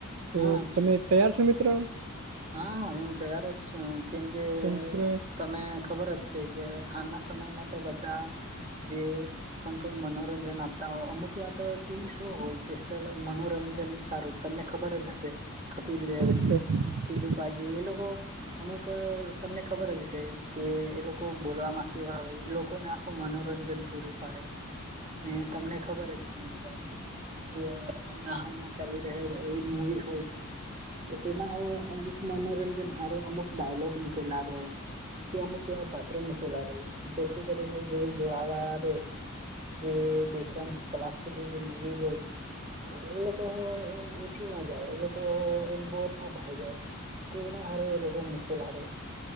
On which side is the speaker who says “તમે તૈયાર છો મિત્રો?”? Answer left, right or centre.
Right